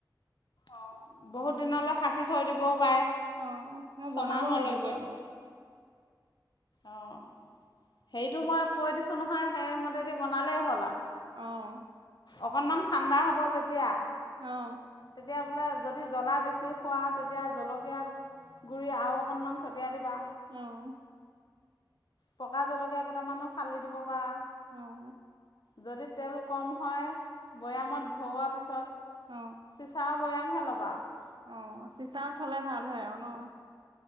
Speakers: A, on the left (about 65°); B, on the right (about 85°).
A: অ, বহুত দিনলৈ সাঁচি থৈ দিবওঁ পাৰে।
B: অঁ, মই
A: ছমাহলৈকে
B: বনাব লাগিব ৰব।
A: অঁ। সেৰিটো মই কৈ দিছোঁ নহয়, সেইমতেদি বনালেই হ'ল আৰু।
B: অঁ।
A: অকনমান ঠাণ্ডা হ'ব যেতিয়া,
B: অঁ।
A: তেতিয়া বোলে, যদি জ্বলা বেছি খোৱা তেতিয়া জলকীয়া গুড়ি আৰু অকণমান ছটিয়াই দিবা।
B: অঁ।
A: পকা জলকীয়া কেইটামানো ফালি দিব পাৰা।
B: অঁ অঁ।
A: যদি তেল কম হয়, বৈয়ামত ভৰোৱা পিছত।
B: অ
A: চিচাৰত বৈয়ামহে ল'বা আৰু।
B: অ' চিচাৰত থ'লে ভাল হয় আৰু ন?